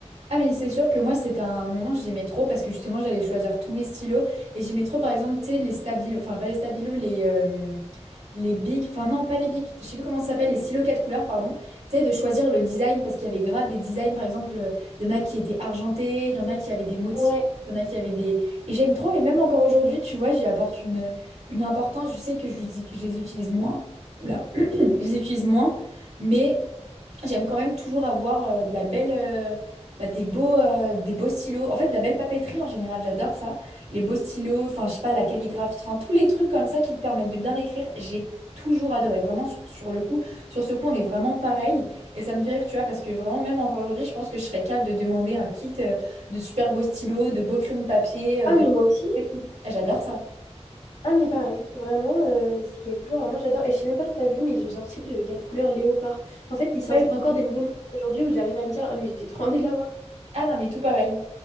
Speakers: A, on the right; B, on the left.
A: Ah mais c'est sûr que moi c'était un moment j'aimais trop parce que justement j'allais choisir tous mes stylos et j'aimais trop par exemple tu sais les stabilos enfin pas les stabilos les euh, les bics enfin non pas les bics je sais plus comment ça s'appelle les stylos quatre couleurs pardon tu sais de choisir le design parce qu'il y avait grave des designs par exemple euh, il y en a qui étaient argentés il y en a qui avaient des motifs
B: Ouais.
A: il y en a qui avaient des et j'aime trop et même encore aujourd'hui tu vois j'y apporte une une importance je sais que je, je les utilise moins Oula. Je les utilise moins, mais j'aime quand même toujours avoir euh, de la belle, euh, bah, des beaux, euh, des beaux stylos. En fait, de la belle papeterie en général, j'adore ça. Les beaux stylos, enfin, je sais pas, la calligraphie, enfin, tous les trucs comme ça qui te permettent de bien écrire, j'ai toujours adoré. Vraiment, sur, sur le coup, sur ce coup, on est vraiment pareil. Et ça me fait rire, tu vois, parce que vraiment, même encore aujourd'hui, je pense que je serais capable de demander un kit euh, de super beaux stylos, de beaux crayons de papier, euh,
B: Ah,
A: de...
B: mais moi aussi.
A: J'adore ça.
B: Ah, mais pareil, vraiment, euh, c'est quelque chose, vraiment, j'adore. Et je sais même pas si t'as vu, mais ils ont sorti le 4 couleurs léopard. En fait, ils sortent
A: Ouais, j'ai
B: encore
A: vu.
B: des nouveaux motifs aujourd'hui où j'arrive à me dire, ah, mais j'ai trop envie de l'avoir.
A: Ah non, mais tout pareil.